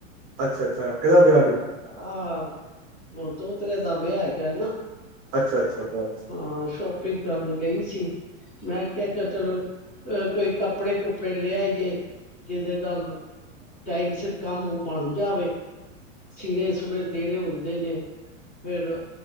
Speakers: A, on the right; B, on the left.
A: ਅੱਛਾ ਅੱਛਾ ਕਿਹਦਾ ਵਿਆਹ ਜੇ
B: ਆਹ ਉਹ ਦੋ ਤੇ ਦਾ ਵਿਆਹ ਹੈਗਾ ਨਾ
A: ਅੱਛਾ ਅੱਛਾ ਠੀਕ
B: ਹਾਂ, ਸ਼ੋਪਿੰਗ ਕਰਨ ਗਈ ਸੀ ਮੈਂ ਕਿਹਾ ਕੇ ਚਲੋ ਕੋਈ ਕੱਪੜੇ ਕੁਪੜੇ ਲਿਆਈਏ ਜਿਹਦੇ ਨਾਲ ਟਾਈਮ ਸਿਰ ਕੰਮ ਬਣ ਜਾਵੇ ਸੀਨੇ ਸੁਨੇ ਦੇਣੇ ਹੋਣ ਦੇਣੇ ਫਿਰ